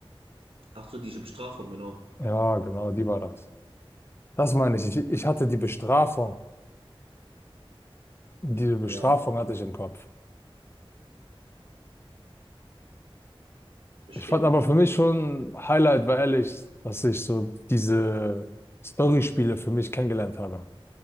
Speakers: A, on the right; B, on the left.
A: Ach so, diese Bestrafung, genau.
B: Ja, genau, die war das. Das meine ich. Ich, ich hatte die Bestrafung. Diese Bestrafung
A: Ja,
B: hatte ich im Kopf.
A: verstehe.
B: Ich fand aber für mich schon Highlight, war ehrlich, dass ich so diese Storyspiele für mich kennengelernt habe.